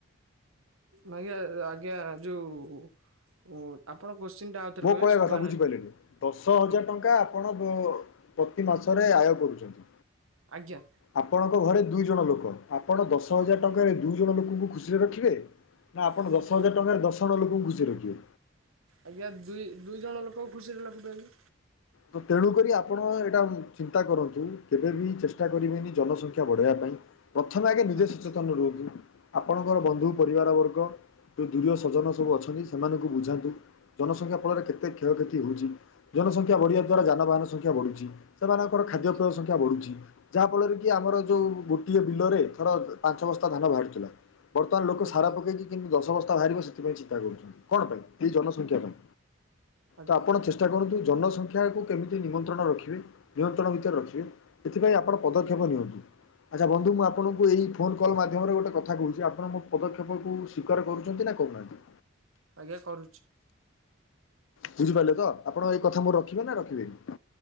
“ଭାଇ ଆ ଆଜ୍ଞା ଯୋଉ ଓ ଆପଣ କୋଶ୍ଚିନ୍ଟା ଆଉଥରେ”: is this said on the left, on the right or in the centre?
Right